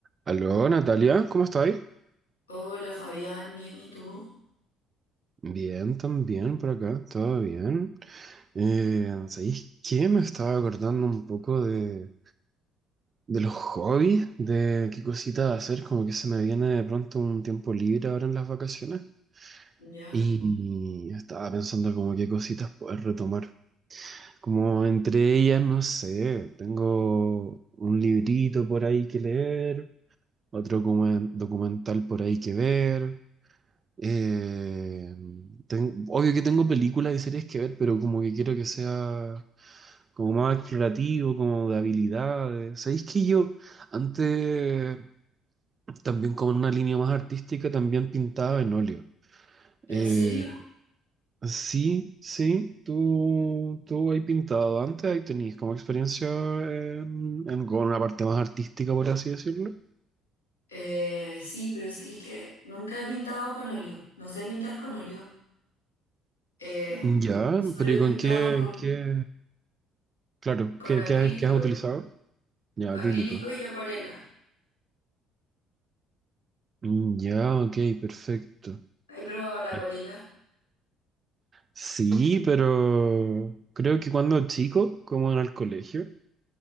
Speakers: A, on the right; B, on the left.
A: Aló, Natalia, ¿cómo estáis?
B: Hola Fabián, bien, ¿y tú?
A: Bien, también por acá, todo bien. Eh, ¿sabéis qué? Me estaba acordando un poco de, de los hobbies, de qué cositas hacer, como que se me viene de pronto un tiempo libre ahora en las vacaciones.
B: ¿Ya?
A: Y estaba pensando como qué cositas poder retomar. Como entre ellas, no sé, tengo un librito por ahí que leer, otro como documental por ahí que ver. Eh, ten- obvio que tengo películas y series que ver, pero como que quiero que sea como más explorativo, como de habilidades. ¿Sabéis que yo antes, también como en una línea más artística, también pintaba en óleo?
B: ¿En
A: Eh,
B: serio?
A: sí, sí, tú, tú has pintado antes, ahí tenéis como experiencia en, en- con una parte más artística, por así decirlo.
B: Eh, sí, pero es que nunca he pintado con óleo. No sé pintar con óleo. Eh,
A: Ya,
B: solo
A: pero ¿y
B: he
A: con
B: pintado
A: qué,
B: con,
A: en qué? Claro,
B: con
A: ¿qué,
B: acrílico,
A: qué has, qué has utilizado? Ya,
B: acrílico
A: acrílico.
B: y acuarela.
A: Mm, Ya, ok, perfecto.
B: ¿He probado la acuarela?
A: Sí. Sí, pero creo que cuando chico, como en el colegio,